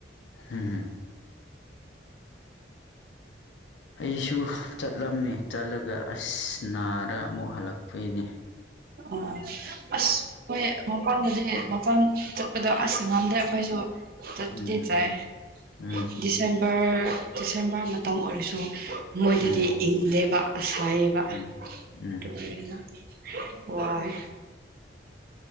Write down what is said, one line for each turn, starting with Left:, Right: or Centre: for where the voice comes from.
Left: ꯍꯨꯝ ꯍꯨꯝ
Right: <inaudible>
Left: ꯑꯩꯁꯨ ꯆꯠꯂꯝꯃꯦ ꯆꯠꯂꯒ ꯑꯁ ꯅꯥꯔꯒ ꯑꯃꯨꯛ ꯍꯜꯂꯛꯄꯩꯅꯦ
Right: ꯑꯣ ꯑꯁ ꯑꯩꯈꯣꯏ ꯃꯄꯥꯟꯗꯗꯤ ꯃꯄꯥꯟ ꯆꯠꯄꯗꯣ ꯑꯁ ꯉꯝꯗꯦ ꯑꯩꯈꯣꯏꯁꯨ ꯆꯞꯄꯨꯗꯤ
Left: ꯎꯝ
Right: ꯆꯥꯢꯌꯦ ꯗꯤꯁ
Left: ꯎꯝ
Right: ꯗꯤꯁꯦꯝꯕꯔ ꯗꯤꯁꯦꯝꯕꯔ ꯃꯇꯝ ꯑꯣꯏꯔꯁꯨ ꯃꯣꯏꯗꯨꯗꯤ
Left: ꯎꯝ
Right: ꯏꯪꯗꯦꯕ ꯑꯁꯥꯏꯌꯦ ꯕ
Left: ꯎꯝ ꯎꯝ
Right: ꯗꯨꯒꯤ ꯑꯩꯅ ꯋꯥꯢ